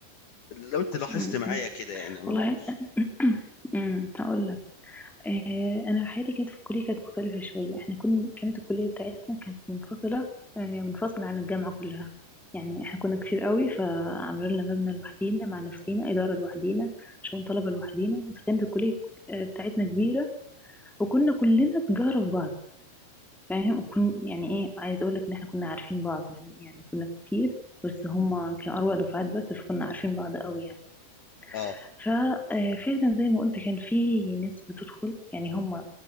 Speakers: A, on the left; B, in the centre.
A: لو انت لاحظت
B: امم
A: معايا كده يعني انا
B: والله
A: ما اعرفش
B: <clears throat> امم هقول آه، انا حياتي كانت في الكليه كانت مختلفه شويه احنا كنا كانت الكليه بتاعتنا كانت منفصله آه، منفصله عن الجامعه كلها يعني احنا كنا كتير قوي فعملوا لنا مبنى لوحدينا مع نفسينا اداره لوحدينا شؤون طلبه لوحدينا فكانت الكليه آه، بتاعتنا كبيره وكنا كلنا تجاره في بعض فاهم وكن يعني ايه عايز اقول لك ان احنا كنا عارفين بعض مع إن- يعني كنا كتير بس هما كانوا أروع دفعات بس فكنا عارفين بعض قوي يعني
A: اه
B: ففعلا زي ما قلت كان في ناس بتدخل يعني هم